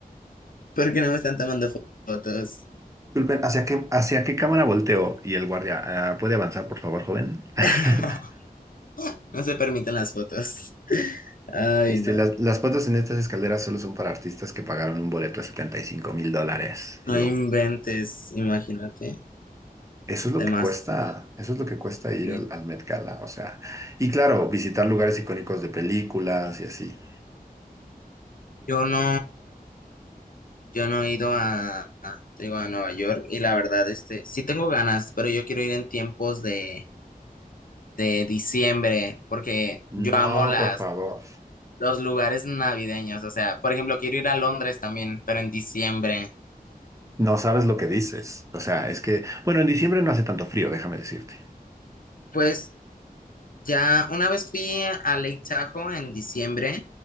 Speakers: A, on the left; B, on the right.
A: ¿Por qué no me están tomando fo- fotos?
B: Disculpen, ¿hacia qué, hacia qué cámara volteo? Y el guardia, "Ah, ¿puede avanzar, por favor, joven? <laughs>
A: <laughs> No se permiten las fotos. Ay,
B: Este,
A: no.
B: las, las fotos en estas escaleras solo son para artistas que pagaron un boleto de setenta y cinco mil dólares.
A: No
B: Y yo,
A: inventes, imagínate.
B: eso es lo
A: Demasiado.
B: que cuesta, eso es lo que cuesta ir
A: Sí.
B: al, al Met Gala, o sea, y claro, visitar lugares icónicos de películas y así.
A: Yo no, yo no he ido a, a- te digo, a Nueva York y la verdad, este, sí tengo ganas, pero yo quiero ir en tiempos de, de diciembre porque
B: No,
A: yo amo las
B: por favor.
A: los lugares navideños. O sea, por ejemplo, quiero ir a Londres también, pero en diciembre.
B: No sabes lo que dices. O sea, es que, bueno, en diciembre no hace tanto frío, déjame decirte.
A: Pues ya una vez fui a Lake Tahoe en diciembre,